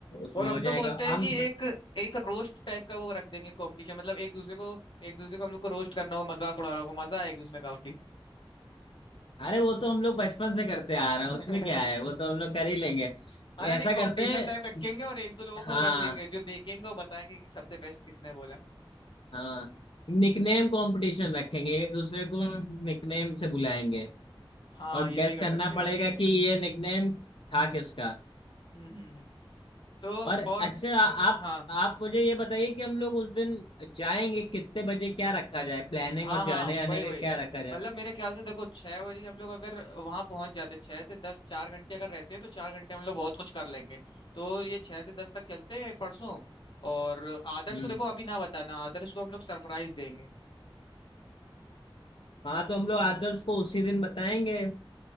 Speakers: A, on the left; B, on the left.
A: उसमें
B: और हम
A: हो
B: तो
A: जाएगा
B: बोलते
A: हम
B: हैं कि एक एक रोस्ट टाइप का वो रख देंगे कंपटीशन मतलब एक दूसरे को एक दूसरे को हम लोग को रोस्ट करना होगा मजाक उड़ाना होगा मजा आएगी उसमें काफी
A: अरे वो तो हम लोग बचपन से करते आ रहे
B: <laughs>
A: हैं उसमें क्या है वो तो हम लोग कर ही लेंगे
B: अरे
A: ऐसा
B: नहीं
A: करते
B: कंपटीशन
A: हैं
B: टाइप रखेंगे और एक दो लोगों को
A: हाँ
B: रख लेंगे जो देखेंगे वो बताएंगे कि सबसे बेस्ट किसने बोला
A: हाँ निकनेम कंपटीशन रखेंगे एक दूसरे को निकनेम से बुलाएंगे
B: हाँ
A: और
B: ये
A: गैस
B: भी कर
A: करना
B: सकते
A: पड़ेगा
B: हैं
A: कि ये निकनेम था किसका
B: हम्म हम्म हम्म। तो
A: और अच्छा
B: और
A: आ- आप
B: हाँ
A: आप मुझे ये बताइए कि हम लोग उस दिन जाएंगे कितने बजे क्या रखा जाए प्लानिंग
B: हाँ
A: और
B: हाँ
A: जाने आने
B: वही
A: का
B: वही
A: क्या रखा जाए
B: मतलब मेरे ख्याल से देखो छह बजे हम लोग अगर वहां पहुंच जाते छह से दस चार घंटे अगर रहते हैं तो चार घंटे हम लोग बहुत कुछ कर लेंगे तो ये छह से दस तक चलते हैं परसों और आदर्श
A: हम्म
B: को देखो अभी ना बताना आदर्श को हम लोग सरप्राइज देंगे
A: हाँ तो हम लोग आदर्श को उसी दिन बताएंगे